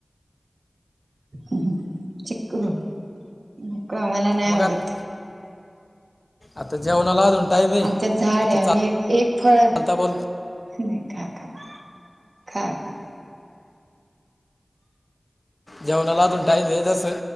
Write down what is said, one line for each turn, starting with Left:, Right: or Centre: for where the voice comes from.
Right: <inaudible> चिक्कू? नको मला नाय
Left: मग
Right: आवडत.
Left: आत- आता जेवणाला अजून टाईम आहे
Right: आमच्यात झाड
Left: आता
Right: आय आम्ही एक एक फळ
Left: चालता बोल
Right: नाय खा खा खा खा.
Left: जेवणाला अजून टाईम ए जसं